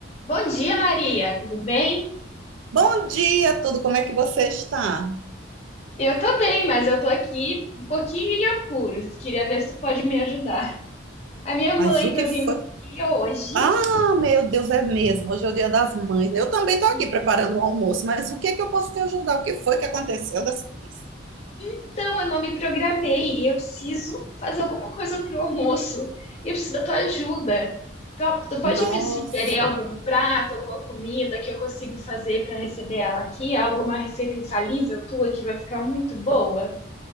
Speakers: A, on the left; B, on the right.
A: Bom dia, Maria, tudo bem?
B: Bom dia, tudo. Como é que você está?
A: Eu tô bem, mas eu tô aqui um pouquinho em apuros. Queria ver se tu pode me ajudar. A minha mãe
B: Mas o que
A: tá vindo
B: foi?
A: aqui hoje
B: Ah, meu Deus, é mesmo. Hoje é o Dia das Mães. né? Eu também estou
A: e
B: aqui preparando o almoço, mas o que é que eu posso te ajudar? O que foi que aconteceu dessa vez?
A: então eu não me programei e eu preciso fazer alguma coisa pro almoço. E eu preciso da tua ajuda. Tu, tu pode
B: Nossa,
A: me sugerir algum prato, alguma comida que eu consigo fazer pra receber ela aqui? Alguma receita infalível tua que vai ficar muito boa?